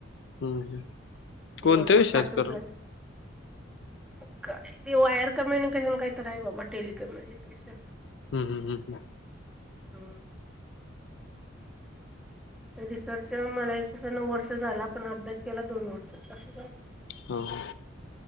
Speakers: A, on the left; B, in the centre.
A: हम्म हम्म कोणत्या
B: एवढी वर्ष
A: विषयात
B: असच
A: कराल
B: आहे काय ते वायर कम्युनिकेशन काही तर आहे बाबा, टेलिकम्युनिकेशन
A: हम्म हम्म हम्म हम्म.
B: हा. रिसर्च म्हणायच त्याला वर्ष झाल, पण अभ्यास केला दोन वर्ष. असं झालं
A: हो.